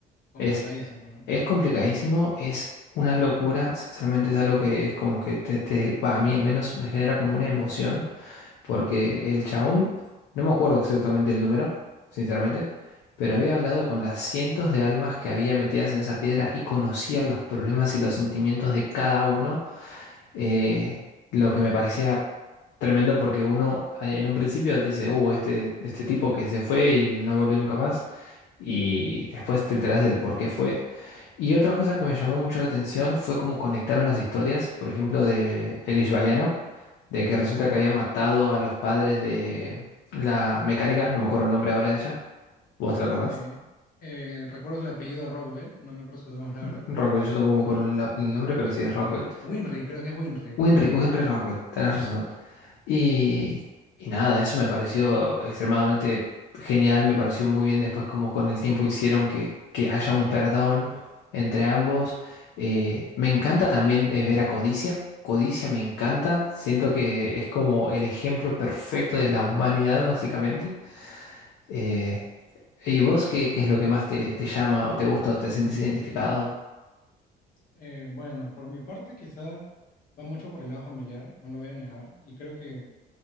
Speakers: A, on the left; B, on the left.
A: complicadísimo,
B: Es,
A: ¿no?
B: es complicadísimo, es una locura, sinceramente es algo que es como que te, te- va, a mí al menos me genera como una emoción Porque el chabón, no me acuerdo exactamente el número, sinceramente, pero había hablado con las cientos de almas que había metidas en esa piedra y conocía los problemas y los sentimientos de cada uno, eh, lo que me parecía tremendo porque uno eh, en un principio dice, uh, este, este tipo que se fue y no volvió nunca más, y después te enterás del por qué fue. Y otra cosa que me llamó mucho la atención fue cómo conectaron las historias, por ejemplo, de el Ishvaliano, de que resulta que había matado a los padres de la mecánica, no me acuerdo el nombre ahora de ella, ¿vos te lo acordás?
A: Sí. Eh, recuerdo el apellido Rockbell, no me acuerdo su nombre ahora.
B: R- Rockwell, yo tampoco me acuerdo el la- el nombre, pero sí es Rockwell.
A: Winry, creo que es Winry.
B: Winry, Winry Rockwell, tenés razón. Y, y nada, eso me pareció extremadamente genial, me pareció muy bien después como con el tiempo hicieron que, que haya un perdón entre ambos. Eh, me encanta también eh, ver a Codicia, Codicia me encanta, siento que es como el ejemplo perfecto de la humanidad básicamente. Eh, ¿y vos qué, qué es lo que más te, te llama o te gusta o te sentís identificado?
A: Eh, bueno, por mi parte quizá va mucho por el lado familiar, no lo voy a negar. Y creo que